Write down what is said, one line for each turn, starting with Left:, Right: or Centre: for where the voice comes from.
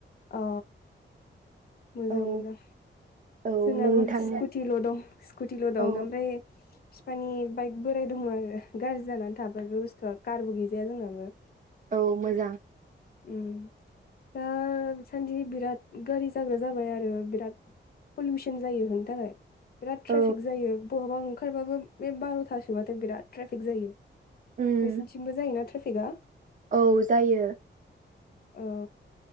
Left: अ मोजां
Right: औ
Left: मोजां
Right: औ
Left: जोंनाबो
Right: नोंथां
Left: स्कुटिल' दं स्कुटिल'
Right: औ
Left: दं ओमफ्राय बिफानि बाइक बोराय दङ आरो गाज्रि जानानै थाबाय बे बुस्थुआ कारबो गैजाया जोंनाबो।
Right: औ मोजां
Left: उम दा दासान्दि बिराद गारि जाग्रा जाबाय आरो बिराद पलुसन जायो बिनि थाखाय। बिराद ट्राफिक
Right: औ
Left: जायो बहाबा ओंखारबाबो बे बारथासोबाथाय बिराद ट्राफिक जायो।
Right: उम
Left: नोंसिनिथिंबो जायोना ट्राफिकआ।
Right: औ जायो।
Left: औ।